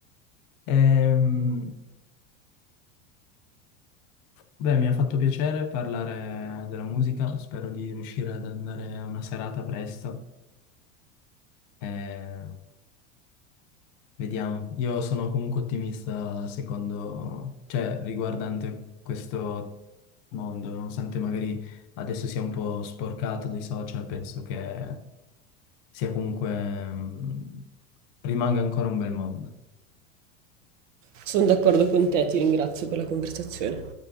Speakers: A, on the left; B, on the right.
A: Ehm, beh, mi ha fatto piacere parlare della musica, spero di riuscire ad andare a una serata presto. Eh, Vediamo, io sono comunque ottimista secondo, cioè riguardante questo mondo, nonostante magari adesso sia un po' sporcato dai social, penso che sia comunque, mm, rimanga ancora un bel mondo.
B: Sono d'accordo con te, ti ringrazio per la conversazione.